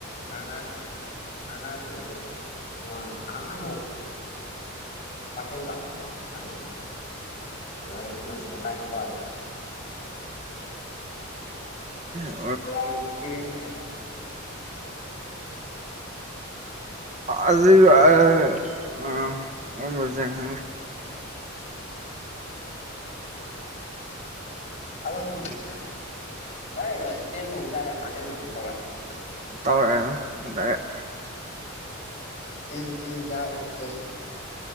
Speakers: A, on the left (about 35°); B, on the right (about 35°).
A: ꯅꯥ ꯅꯥꯟ ꯅꯪꯅ ꯍꯥꯟ ꯗꯦꯗꯦ <unintelligible> ꯀꯅꯥꯅꯣ ꯃꯇꯦꯡ ꯀꯥꯞ ꯀꯥꯞ ꯁꯥꯟꯅꯩ ꯑꯗꯣ ꯍꯩꯛꯇꯨꯅ ꯁꯨꯝ ꯑꯀꯥꯏ ꯄꯥꯔꯑꯦ
B: ꯎ ꯑ
A: ꯀꯦꯋꯤꯟ ꯀꯦꯋꯤꯟ ꯍꯥꯏꯕꯔꯥ
B: <unintelligible>
A: ꯀꯧ ꯀꯧꯔꯦ <unintelligible>
B: ꯇꯧꯔꯛꯑꯦ ꯗꯥꯏꯔꯦꯛ
A: ꯇꯦꯟ ꯇꯦꯟ ꯀꯌꯥꯒꯤ ꯕꯦꯁꯅꯣ